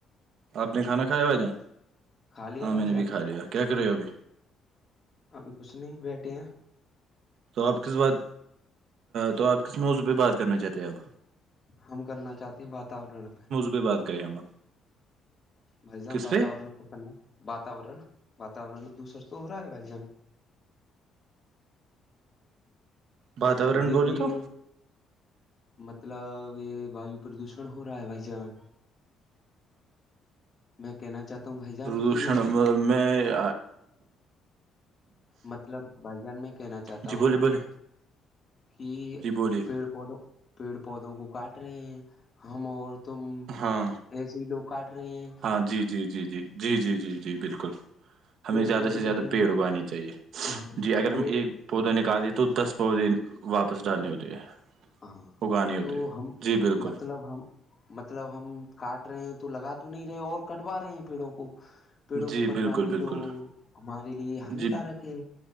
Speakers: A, on the right (about 60°); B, on the left (about 25°).
A: آپ نے کھانا کھایا بھائی جان
B: کھا لیا
A: ہاں میں
B: بھائی
A: نے بھی
B: جان
A: کھا لیا کیا کر رہے ہو ابھی
B: ابھی کچھ نہیں بیٹھے ہیں
A: تو آپ کس بات تو آپ کس موضوع پہ بات کرنا چاہتے ہیں اب
B: ہم کرنا چاہتے ہیں واتورن پہ
A: بھی بات کریں ہم آپ
B: بھائی جان
A: کس
B: واتورن
A: پہ
B: کو کرنا واتورن واتورن ایک دوسر تو ہو رہا ہے بھائی جان
A: واتاورن
B: اب دیکھیے
A: بولے تو
B: مطلب یہ وایو پردوشن ہو رہا ہے بھائی جان
A: <inaudible>
B: میں کہنا چاہتا ہوں بھائی جان
A: پردوشن
B: کی
A: میں
B: مطلب بھائی جان میں کہنا چاہتا
A: جی
B: ہوں
A: بولیے بولے
B: کہ
A: جی بولیے
B: پیڑ پودو پیڑ پودوں کو کاٹ رہے ہیں ہم اور تم
A: ہاں
B: ایسی لوگ کاٹ ریے ہے
A: ہاں جی جی جی جی جی جی جی جی بالکل ہمیں
B: پیڑ
A: زیادہ
B: پودے
A: سے
B: کٹیں
A: زیادہ پیڑ
B: گے
A: اگانے چاہیے
B: ہاں
A: جی اگر
B: پیڑ
A: ہم ایک پودے نکال تو دس پودے واپس ڈالنے ہوتے ہیں
B: ہاں
A: اگانے ہوتے
B: تو
A: ہیں۔
B: ہم
A: جی بالکل
B: مطلب ہم مطلب ہم کاٹ رہے ہیں تو لگا تو نہیں رہے اور کٹوا رہے ہیں پیڑوں کو پیڑوں
A: جی
B: کو کٹوائیں
A: بالکل
B: گے
A: بالکل
B: تو ہمارے لیے ہان
A: جی
B: کارک ہے